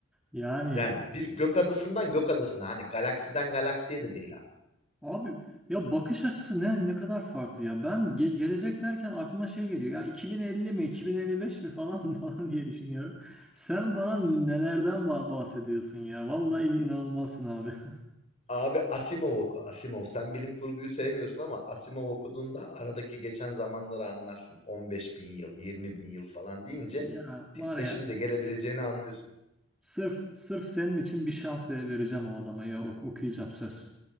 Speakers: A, in the centre; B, on the left (about 30°).
A: Yani
B: Yani bir gök adasından gök adasına hani galaksiden galaksiye de değil abi.
A: abi ya bakış açısı ne ne kadar farklı ya. Ben ge- gelecek derken aklıma şey geliyor. Ya 2050 mi 2055 mi falan <laughs> falan diye düşünüyorum. Sen bana nelerden ba- bahsediyorsun ya. Vallahi in inanılmazsın abi. <laughs>
B: Abi Asimov oku, Asimov. Sen bilim kurguyu sevmiyorsun ama Asimov okuduğunda aradaki geçen zamanları anlarsın. 15 bin yıl, 20 bin yıl falan deyince
A: Ya
B: tip
A: var
B: beşin
A: ya
B: de gelebileceğini anlıyorsun.
A: sırf sırf senin için bir şans ve- vereceğim o adama ya ok- okuyacağım söz.